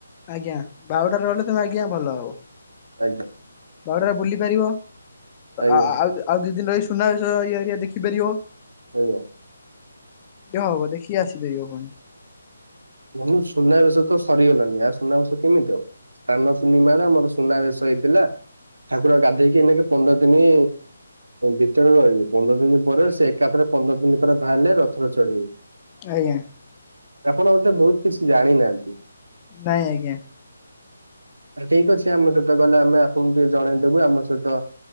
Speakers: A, on the left; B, on the right.
A: ଆଜ୍ଞା, ବାହୁଡ଼ାରେ ଗଲେ ତମେ ଆଜ୍ଞା ଭଲ ହବ।
B: ଆଜ୍ଞା।
A: ବାହୁଡ଼ା ରେ ବୁଲି ପାରିବ।
B: ଆଜ୍ଞା
A: ଆଉ ଆଉ ଦି ଦିନ ର ସୁନା ଇ ଏରିଆ ଦେଖିପାରିବ।
B: ଆଜ୍ଞା।
A: ଯାହା ହବ, ଦେଖି ଆସିପାରିବ ପୁଣି।
B: ନୁ ସୁନାବେଶ ତ ସରିଗଲଣିି, ଆ ସୁନାବେଶ କେମିତି ହବ? ସ୍ଥାନ ପୂର୍ଣ୍ଣିମା ଆମର ସୁନାବେେଶ ହେଇଥିଲା, ଠାକୁର
A: ଆଜ୍ଞା
B: ଗାଧେଇକି ଏକ ପନ୍ଦର ଦିନ ଭିତରେ ରହିବି, ପନ୍ଦର ଦିନ ପରେ
A: ଆଜ୍ଞା
B: ସେ ଏକାଥରେ ପନ୍ଦର ଦିନ ପରେ ବାହାରିଲେ ରଥର ଚଢିବୁ।
A: ଆଜ୍ଞା।
B: ଆପଣ ମତେ ବହୁତ କିଛି ଜାଣି ନାହାନ୍ତି?
A: ନାଇଁ ଆଜ୍ଞା।
B: ଠିକ ଅଛି ଆମ ସହିତ ଗଲେ, ଆମେ ଆପଣଙ୍କୁ ଟିକେ ଜଣେଇଦବୁ, ଆମ ସହିତ